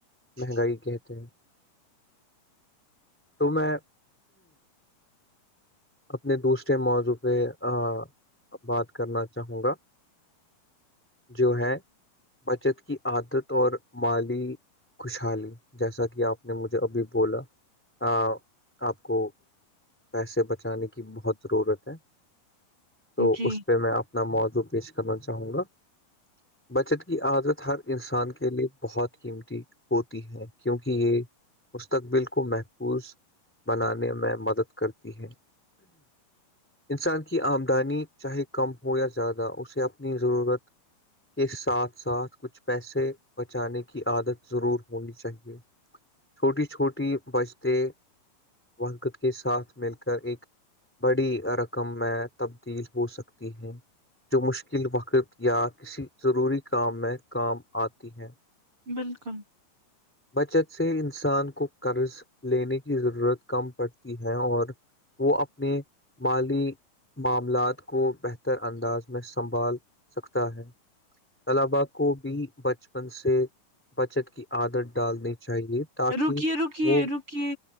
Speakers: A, in the centre; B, on the right (about 35°).
A: مہنگائی کہتے ہیں تو میں اپنے دوسرے موضوع پہ آ بات کرنا چاہوں گا جو ہے بچت کی عادت اور مالی خوشحالی جیسا کہ آپ نے مجھے ابھی بولا آ آپ کو پیسے بچانے کی بہت ضرورت ہے تو
B: جی
A: اس پہ میں آپ میں موضوع پیش کرنا چاہوں گا بچت کی عادت ہر انسان کے لیے بہت قیمتی ہوتی ہے کیونکہ یہ مستقبل کو محفوظ بنانے میں مدد کرتی ہے انسان کی آمدنی چاہے کم ہو یا زیادہ اسے اپنی ضرورت کے ساتھ ساتھ کچھ پیسے بچانے کی عادت ضرور ہونی چاہیے چھوٹی چھوٹی بچتے ونگت کے ساتھ مل کر ایک بڑی رقم میں تبدیل ہو سکتی ہوں جو مشکل وقت یا کسی ضروری کام میں کام آتی ہے
B: بالکل
A: بچت سے انسان کو قرض لینے کی ضرورت کم پڑتی ہے اور وہ اپنے مالی معاملات کو بہتر انداز میں سنبھال سکتا ہے طلبہ کو بھی بچپن سے بچت کی عادت ڈالنی چاہیے تاکہ
B: رکیے رکیے
A: وہ
B: رکیے